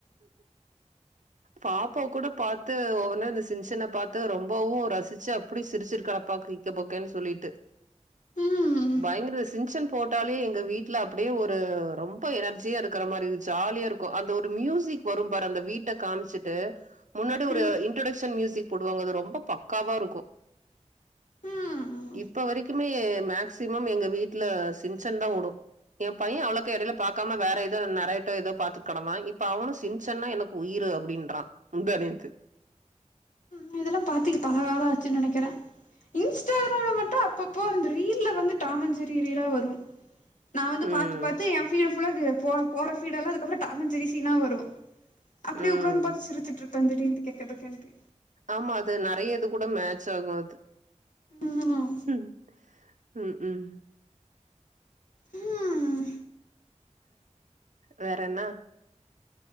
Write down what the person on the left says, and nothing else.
ம்
ம்
ம்
நா இதெல்லாம் பாத்தி பல காலோ ஆச்சுன் நெனைக்கிற இன்ஸ்டாகிராம்ல மட்டு அப்பப்போ இருந்த ரீல்லா வந்து டாமஞ்ஜெரி ரீலா வரு நா வந்து
பாத்து பாத்த எம் ஃபீடு ஃபுல்லா அது போல போற ஃபீட எல்லா அதுக்கப்புறோ டாமஞ்ஜெரி சீனா வரு அப்புடியே
உக்காந்து பாத்த சிரிச்சுட்ருப்ப திடீர்ன்டு கெக்க புக்கேன்ட்டு
ம்
ம்